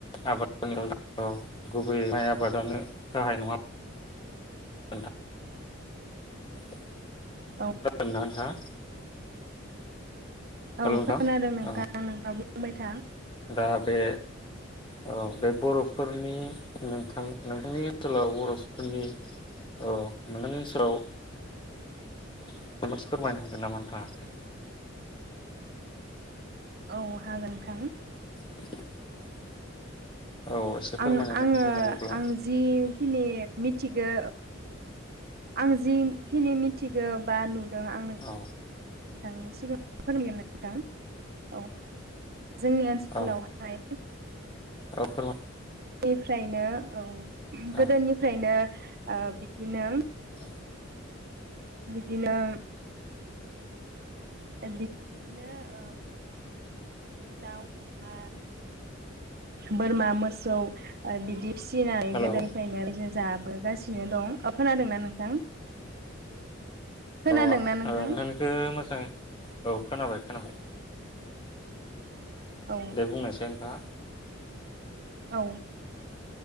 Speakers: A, on the left; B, on the right.
A: आबाद <unintelligible> गुबैयै माइ आबादानो गाहाय नङा होमबा <unintelligible>
B: औ
A: हेल'
B: औ
A: नोंथां
B: खोनादों नोंथां
A: औ
B: नोंथांङा बुंबाय था।
A: दा बे औ बे बर'फोरनि नोंथां नोंथांनि ओनसोलाव बर'फोरनि औ नोंथांनि ओनसोलाव माबा मोनसे फोरमायनो हागोन नामा नोंथांङा।
B: औ हागोन नोंथां।
A: <unintelligible> औ एसे
B: आं
A: फोरमायनानै
B: आङो
A: होलाय अब्ला
B: आं जिखिनि मि थिगौ आं जिखिनि मिथिगौ बा नु दों आं नों
A: औ
B: थांनि सिगाङाव फोरमायगोन नोंथां औ जोंनि ओनसोलावहाय
A: औ औ फोरमाय
B: बेनिफ्रायनो औ
A: औ
B: गोदोनिफ्रायनो ओ बिदिनो
A: औ
B: बिदिनो बि-बिदिनो ओ दाउ, अमा, बोरमा, मोसौ बिदि फिसिनानै
A: हेलौ
B: गोदोनिफ्रायनो जाबोगासिनो दं। ओ खोनादोंना नोंथां? खोनादोंना
A: अ ओ
B: नोंथां
A: नोंथांनि खो मोजां औ खोनाबाय खोनाबाय
B: औ
A: दे बुंनायसै नोंथाङा
B: औ